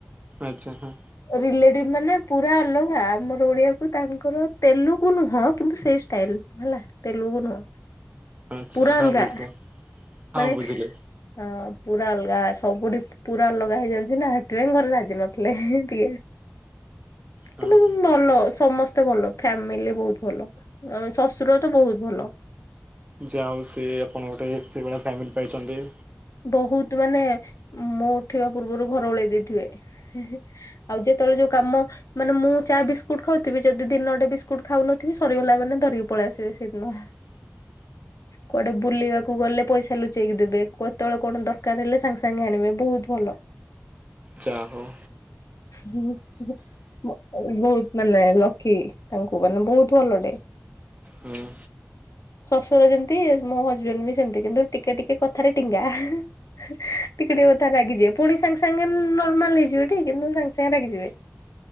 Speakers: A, on the right; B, on the left.
A: ଆଚ୍ଛା ହଁ
B: ରିଲେଟିଭ ମାନେ ପୁରା ଅଲଗା ଆମର ଓଡିଆକୁ ତାଙ୍କର ତେଲୁଗୁ ନୁହଁ କିନ୍ତୁ ସେଇ ଷ୍ଟାଇଲ ହେଲା। ତେଲୁ ଗୁ ନୁହଁ।
A: ଆଚ୍ଛା
B: ପୁରା
A: ହଁ
B: ଅଲଗା
A: ବୁଝିଲ ହଁ
B: ମାନେ
A: ବୁଝିଲି।
B: ହଁ ପୁରା ଅଲଗା ସବୁଠି ପୁରା ଅଲଗା ହେଇଯାଉଚି ନା। ସେଥିପାଇଁ ଘରେ ରାଜି ନଥିଲେ ଟିକେ।
A: ହଁ
B: କିନ୍ତୁ ମ ମ୍ ଭଲ ସମସ୍ତେ ଭଲ ଫ୍ୟାମିଲି ବହୁତ ଭଲ ଆଏ ଶ୍ୱଶୁର ତ ବହୁତ ଭଲ।
A: ଯାହା ହଉ ସେଏ ଆପଣ ଗୋଟେ ସେଭଳିଆ ଫ୍ୟାମିଲି ପାଇଚନ୍ତି।
B: ବହୁତ ମାନେ ମୋ ଉଠିବା ପୂର୍ବରୁ ଘର ଓଳେଇ ଦେଇଥିବେ। ହେ ହେ ଆଉ ଯେତେବେଳେ ଯୋଉ କାମ ମାନେ ମୁଁ ଚା ଚା ବିସ୍କୁଟ ଖାଉଥିବି ଯଦି ଦିନ ଟେ ବିସ୍କୁଟ ଖାଉନଥିବି ସରିଗଲା ମାନେ ଧରିକ ପଳେଇ ଆସିବେ ସେଇଦିନ।
A: ହ
B: କୁଆଡେ ବୁଲିବାକୁ ଗଲେ ପଇସା ଲୁଚେଇକି ଦେବେ। କ୍ଵତେବେଳେ କଣ ଦରକାର ହେଲେ ସାଙ୍ଗେ ସାଙ୍ଗେ ଆଣିବେ ବହୁତ ଭଲ।
A: ଯାହୋଉ
B: ହୁଁ ହ। ବହୁତ ମାନେ ଲକି ତାଙ୍କୁ ମାନେ ବହୁତ ଭଲଟେ
A: ହୁଁ।
B: ଶ୍ୱଶୁର ଯେମିତି ମୋ ହଜବେଣ୍ଡ ବି ସେମିତି କିନ୍ତୁ ଟିକେ ଟିକେ କଥା ଥାରେ ଟିଙ୍ଗା ହା ହା ଟିକେ ଟିକେ କଥାରେ ରାଗିଯିବେ ପୁଣି ସାଙ୍ଗେ ସାଙ୍ଗେ ନର୍ମାଲ ହେଇଯିବେ କିନ୍ତୁ ସାଙ୍ଗ ସେଙ୍ଗେ ରାଗି ଯିବେ।